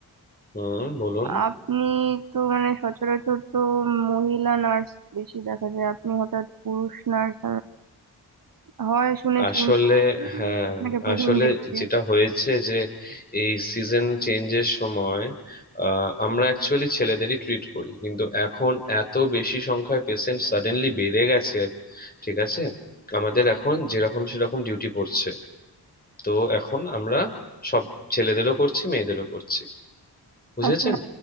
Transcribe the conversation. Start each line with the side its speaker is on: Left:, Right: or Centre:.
Left: হুম বলুন
Right: আপনি তো মানে সচরাচর তো মহিলা নার্স বেশি দেখা যায় আপনি হঠাৎ পুরুষ নার্স হয় শুনেছি
Left: আসলে
Right: কিন্তু
Left: হ্যাঁ
Right: উম, আপনাকে প্রথম
Left: আসলে
Right: দেখছি
Left: যেটা হয়েছে যে এই সিজন চেঞ্জের সময় আহ, আমরা অ্যাকচুয়ালি ছেলেদেরই ট্রিট করি কিন্তু এখন এত বেশি সংখ্যায় পেশেন্ট সাডেনলি বেড়ে গেছে ঠিক আছে আমাদের এখন যেরকম সেরকম ডিউটি পড়ছে তো এখন আমরা সব ছেলেদেরও করছি মেয়েদেরও করছি বুঝেছেন
Right: আচ্ছা